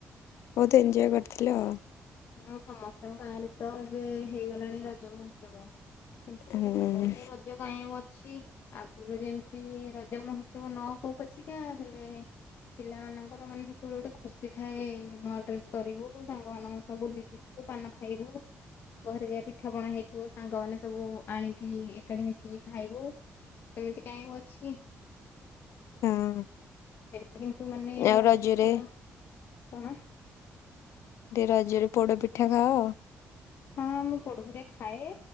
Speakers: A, on the left; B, on the left.
A: ବହୁତୁ ଏଞ୍ଜୟ୍ କରିଥିଲ ଆଉ।
B: ହିଁ ସମସ୍ତଙ୍କ ଗାଁରେ ତ ଏବେ ହେଇଗଲାଣି ରଜମ ମହୋତ୍ସ ତ୍ସବ କିନ୍ତୁ
A: ହୁଁ
B: ଆଗ ଭଳିଆ ରଜ କାହିଁ ଆଉ ଅଛି। ଆଗୁରୁ ଯେମତି ରଜ ମହୋତ୍ସବ ନ ହଉ ପଛିିକା ହେଲେ ପିଲାମାନଙ୍କର ମାନେ ସେତେବେଳେ ଗୋଟେ ଖୁସି ଥାଏ, ନ ଡ୍ରେସ୍ କରିବୁ ସାଙ୍ଗମାନଙ୍କ ସହ ବୁଲି ଯିବୁ, ପାନ ଖାଇବୁ ଘରେ ଯା ପିଠା ପଣା ହେଇଥିବ ସାଙ୍ଗମାନେ ସବୁ ଆଣିକି ଏକାଠି ମିଶିକି ଖାଇବୁ, ସେମିତି କାଇଁ ଆଉ ଅଛି।
A: ହଁ।
B: ଏବେ କିନ୍ତୁ ମାନେ
A: ଆଉ
B: ରଜ,
A: ରଜରେ
B: କଣ?
A: ଦେଇ ରଜରେ ପୋଡ ପିଠା ଖାଅ?
B: ହଁ ମୁଁ ପୋଡପିଠା ଖାଏ।